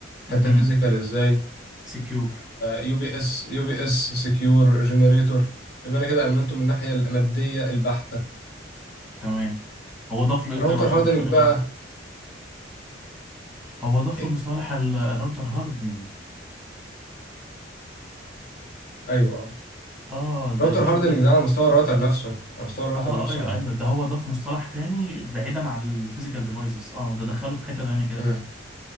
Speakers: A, in the centre; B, on the left.
A: مهم.
B: حته فيزيكال ازاي
A: secure
B: يو بي اس يو بي اس سكيور جنريتور يبقى انا كده امنته من الناحيه الماديه البحته
A: تمام هو ضاف له ايه
B: راوتر
A: طيب عشان
B: هاردنج
A: يخليه
B: بقى
A: غلط هو ضاف
B: ايه
A: له مصطلح الراوتر هاردنج
B: ايوه اه
A: اه ده
B: راوتر
A: الكلمة
B: هاردنج
A: اللي في
B: ده
A: ال-
B: على مستوى الراوتر نفسه على مستوى الراوتر
A: اه
B: نفسه
A: ايوه
B: اه
A: ايوه ده هو ضاف مصطلح تاني بعيدا عن الفيزيكال ديفايسز اه ده دخله في حتة تانية كده
B: امم
A: كمان